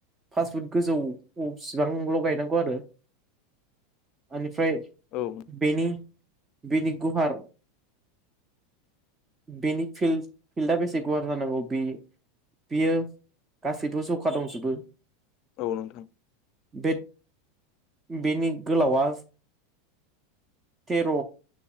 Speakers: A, on the right; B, on the left.
A: फास्ट फुड गोजौसिबांल' गायनांगौ आरो ओनिफ्राय बेनि
B: औ
A: बिनि गुवार बेनि फिल्ड फिल्डआ बेसे गुवार जानांगौ बे बियो गासैबो जखा दंजोबो
B: औ नोंथां
A: बे बेनि गोलावा तेर'